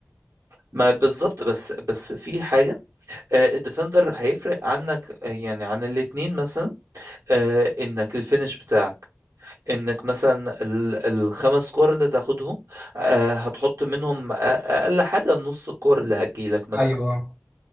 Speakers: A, on the right (about 85°); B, on the right (about 30°).
A: ما بالظبط بس بس في حاجه آه، الديفندر هيفرق عنك آه، يعني عن الاتنين مثلا آه، انك الفينش بتاعك انك مثلا ال- الخمس كور اللي تاخدهم آه، هتحط منهم أ- اقل حاجه نص الكور اللي هتجيلك مثلا
B: <laughs> ايوه آه.